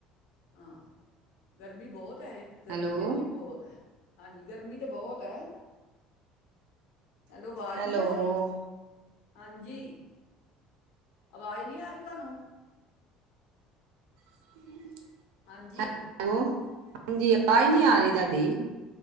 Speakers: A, on the left; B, on the right.
A: ਹਾਂ, ਗਰਮੀ ਬਹੋਤ ਐ, ਗਰਮੀ
B: ਹੈਲੋ
A: ਤੇ ਇੱਥੇ ਵੀ ਬਹੋਤ ਐ। ਹਾਂਜੀ। ਗਰਮੀ ਤੇ ਬਹੋਤ ਐ। ਹੈਲੋ, ਅਵਾਜ਼
B: ਹੈਲੋ
A: ਨੀ ਆ ਰੀ? ਹਾਂਜੀ, ਆਵਾਜ਼ ਨੀ ਆ ਰਹੀ ਤੁਹਾਨੂੰ?
B: <inaudible>
A: ਹਾਂਜੀ।
B: ਹਾਂਜੀ
A: ਆਵਾਜ਼
B: ਨਹੀਂ ਆ
A: ਤੇ ਮੈਨੂੰ,
B: ਰਹੀ ਤੁਹਾਡੀ